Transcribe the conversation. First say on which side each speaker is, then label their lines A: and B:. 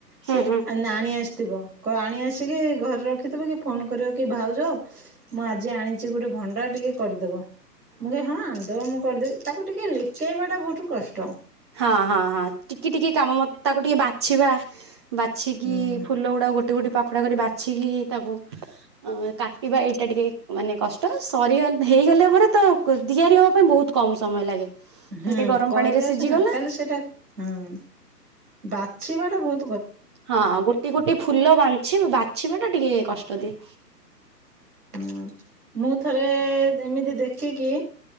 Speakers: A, on the right; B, on the right.
A: ହଁ
B: ସେ ନାଣି ଆସି। ଥିବ କ ଆଣି ଆସିକି ଘରେ ରଖିଥିବ କି ଫୋନ୍ କରିବ କି ଭାଉଜ। ମୁଁ ଆଜି ଆଣିଛି ଗୋଟେ ଭଣ୍ଡା ଟିକେ କରିଦବ। ମୁଁ ହଁ ଆଣିଦେବ ମୁଁ କରିଦେବି ତାକୁ ଟିକେ ଲିକେଇବା ଟା ବହୁତୁ କଷ୍ଟ।
A: ହଁ ହଁ ହଁ ଟିକି ଟିକି କାମ ମତେ ତାକୁ ଟିକେ ବାଛିବା ବାଛିକି
B: ହୁଁ
A: ଫୁଲ ଗୁଡାକ ଗୋଟେ ଗୋଟେ ପାଖଡା କରି ବା ଅଛି କି ତାକୁ କାଟିବା ଏଇଟା ଟିକେ ମାନେ କଷ୍ଟ ସରି ହେଇଗଲେ ପରେ। ତ ତିଆରି ହବା ପାଇଁ ବହୁତ କମ ସମୟ ଲାଗେ ଖାଲି
B: ହୁଁ
A: ଟିକେ ଗରମ
B: କରି
A: ପାଣିରେ
B: ଆସ
A: ସିଝିଗଲା
B: ନା ତାହଲେ ସେଟା ହୁଁ ବାଚଛ ବାଟା ବହୁ
A: ହଁ ଗୋଟେ ଗୋଟେ ଫୁଲ ବାଛି ବାଛିବା ଟା ଟିକେ କଷ୍ଟ ତାଦି
B: ହଁ ମୁଁ ଥରେ ଏମିତି ଦେଖିକି